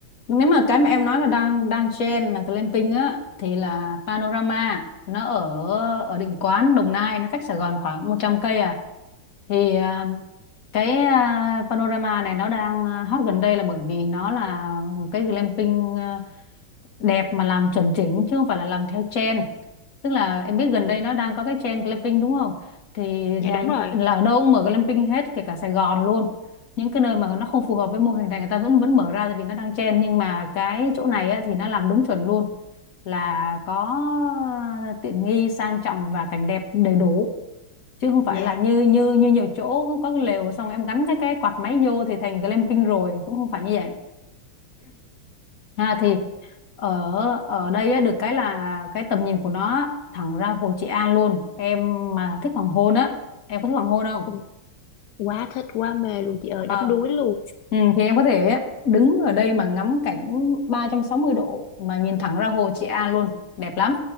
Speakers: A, on the left; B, on the left.
A: nếu mà cái mà em nói là đang đang trend mà glamping á thì là panorama nó ở ở Định Quán Đồng Nai nó cách Sài Gòn khoảng 100 cây à thì à, cái à, panorama này nó đang à, hot gần đây là bởi vì nó là một cái glamping à, đẹp mà làm chuẩn chỉnh chứ không phải là làm theo trend tức là em biết gần
B: Dạ,
A: đây nó đang có cái trend glamping đúng không thì
B: dạ
A: nhà
B: đúng rồi.
A: là ở đâu cũng mở glamping hết kể cả Sài Gòn luôn những cái nơi mà nó không phù hợp với mô hình này người ta vẫn vẫn mở ra tại vì nó đang trend nhưng mà cái chỗ này á, thì nó làm đúng chuẩn luôn là có tiện nghi sang trọng và cảnh đẹp đầy đủ chứ không phải
B: Dạ.
A: là như như như nhiều chỗ có cái lều xong em gắn cái cái quạt máy vô thì thành glamping rồi cũng không phải như vậy ha thì ở ở đây á, được cái là cái tầm nhìn của nó thẳng ra Hồ Trị An luôn em mà thích hoàng hôn á em có thích hoàng hôn không
B: Ồ, Quá thích quá mê luôn chị ơi,
A: Ờ,
B: đắm đuối luôn.
A: ừ, thì em có thể đứng ở đây mà ngắm cảnh 360 độ mà nhìn thẳng ra Hồ Trị An luôn đẹp lắm